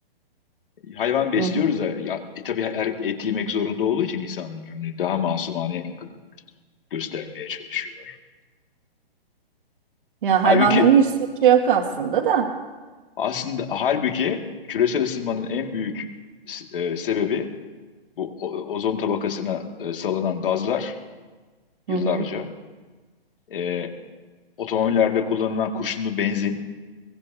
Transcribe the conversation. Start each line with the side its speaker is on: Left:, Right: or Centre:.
Left: Hayvan besliyoruz
Right: Hı hı.
Left: da ya, e, tabii her et yemek zorunda olduğu için insanlar hani daha masumane göstermeye çalışıyorlar.
Right: Ya
Left: Halbuki
Right: hayvanların hiç suçu yok aslında da.
Left: Aslında halbuki küresel ısınmanın en büyük e, sebebi bu o- ozon tabakasına e, salınan gazlar yıllarca.
Right: Hı hı.
Left: E, otomobillerde kullanılan kurşunlu benzin